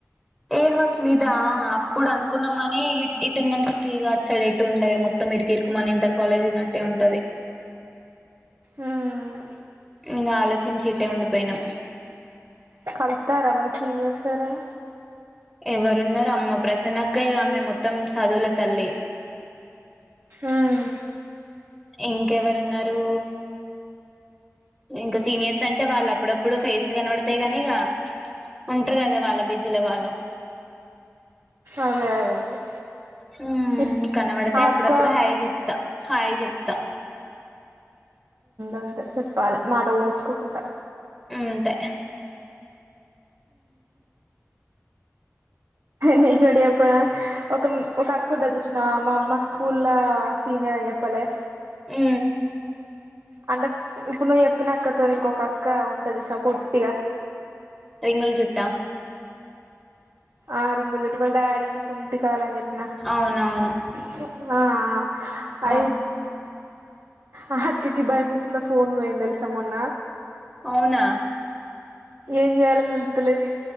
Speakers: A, in the centre; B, on the right (about 65°).
A: <unintelligible> ఇదా అప్పుడు అనుకున్నామని ఇటున్నంతా ఫ్రీగాచ్చడేటు ఉండవే మొ మొత్త <unintelligible> ఇరుకు మన ఇంటర్ కాలేజ్న్నట్టే ఉంటది
B: మ్మ్
A: ఇంగా ఆలోచించి ఇట్టే ఉండిపోయినాం
B: <unintelligible> మన సీనియర్స్ ఎవరైన
A: ఎవరున్నారు అమ్మ ప్రసన్నకే ఆమె మొత్తం చదువుల తల్లి
B: మ్మ్
A: ఇంకెవరు ఉన్నారు ఇంకా సీనియర్స్ అంటే వాళ్ళు అప్పుడప్పుడు ఫేస్లు కనబడతాయి కానీ ఇగ ఉంటరు కదా వాళ్ళ బీజీల వాళ్ళు
B: అదే అదే అదే.
A: హ
B: ఇప్
A: కనబడితే
B: ఆ
A: అప్పుడప్పుడు
B: అక్క
A: హాయ్ చెప్తా హాయ్ చెప్తా.
B: అంతే చెప్పాలి మాట కొనిచ్చుకోకుండా.
A: అంతే.
B: నీకు ఒకటి చెప్పనా ఒక ఒక అక్క చూసినవ మా మా స్కూల్ సీనియర్ అని చెప్. పలె.
A: ఆ.
B: అంటే ఇప్పుడు నువ్వు చెప్పినక్కతో ఇంకొక అక్క ఉంటదిష పొట్టిగా.
A: రింగుల్ జుట్ట.
B: ఆ రింగల్ చుట్టుపల్ల డాడీకి కుంటి కాలని చెప్పిన.
A: అవునవును.
B: సప్ మా ఆయి.
A: ఆ
B: ఆ అక్కకి భయమిస్ లో ఫోన్ పోయంది తెలుసా మొన్న.
A: అవునా.
B: ఏం చేయలో తెతులేదు